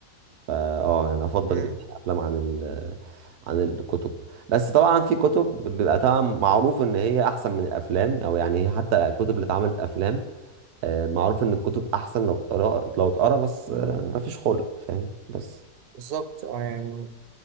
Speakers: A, on the right; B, on the right.
A: فا اه يعني افضل
B: امم
A: جدا الافلام عن ال عن الكتب بس طبعا في كتب بيبقى طبعا معروف ان هي احسن من الافلام او يعني حتى الكتب اللي اتعملت افلام آه، معروف ان الكتب احسن لو اتقرا لو اتقرا بس آه، مفيش خلق فاهم بس
B: بالظبط اه يعني